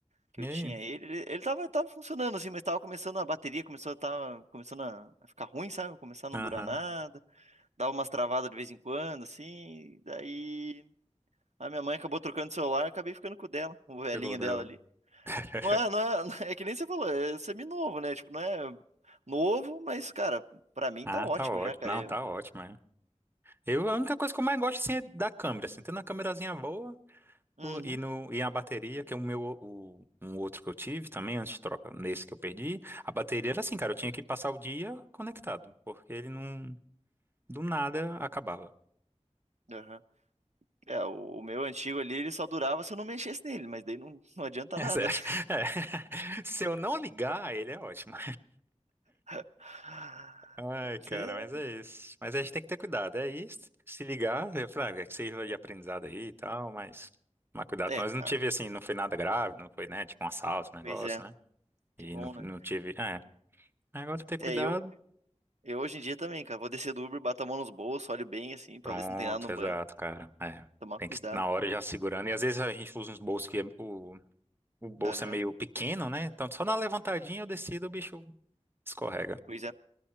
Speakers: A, on the right; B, on the right.
A: que
B: E
A: eu
B: aí?
A: tinha ele. Ele, ele tava, tava funcionando assim, mas tava começando a bateria, começou a, tava, começando a a ficar ruim, sabe? Começar a não
B: Aham,
A: durar nada, dava umas travadas de vez em quando, assim. Daí a minha mãe acabou trocando o celular, eu acabei ficando com o dela, o velhinho
B: pegou o dela.
A: dela ali.
B: <laughs>
A: Não é, não é, <laughs> é é que nem você falou, é semi-novo, né? Tipo, não é novo, mas, cara, pra mim
B: Ah,
A: tá ótimo
B: tá ótimo.
A: já, cara.
B: Não,
A: Eu,
B: tá ótimo, é. Eu, a única coisa que eu mais gosto, assim, é da câmera, assim, tendo uma câmerazinha boa
A: uhum,
B: o- e, no, e a bateria, que é o meu, o, um outro que eu tive também, antes de troca, nesse que eu perdi, a bateria era assim, cara, eu tinha que passar o dia conectado, porque ele não, do nada, acabava.
A: aham. É, o, o meu antigo ali, ele só durava se eu não mexesse nele, mas daí não, não adianta
B: <laughs> É
A: nada,
B: sério.
A: né?
B: É. <laughs> Se eu não ligar, ele é ótimo.
A: <laughs>
B: Ai, cara,
A: Você-
B: mas é isso. Mas a gente tem que ter cuidado, é isso. Se ligar, eu falei, ah, é que sirva de aprendizado aí e tal, mas tomar cuidado.
A: É,
B: Mas
A: <clears throat> é,
B: não
A: ah,
B: tive assim, não foi nada grave, não foi, né? Tipo um assalto, um negócio,
A: pois é,
B: né? E
A: que bom,
B: não,
A: né?
B: não tive. É. Agora ter cuidado.
A: É, eu, eu hoje em dia também, cara, vou descer do Uber, bato a mão nos bolsos, olho bem assim, pra
B: Pronto,
A: ver se não tem nada no
B: exato,
A: banco.
B: cara. É.
A: Tomar
B: Tem
A: cuidado,
B: que na hora
A: cara.
B: já segurando. E às vezes a gente usa uns bolsos que é- o, o bolso
A: Aham,
B: é meio pequeno, né? Então só na levantadinha eu decido, o bicho escorrega.
A: pois é.